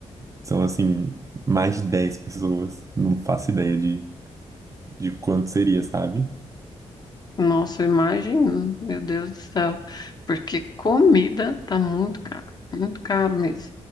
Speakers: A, on the right (about 25°); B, on the left (about 35°).
A: São, assim, mais de 10 pessoas. Não faço ideia de, de quanto seria, sabe?
B: Nossa, imagina, meu Deus do céu. Porque comida tá muito caro, muito caro mesmo.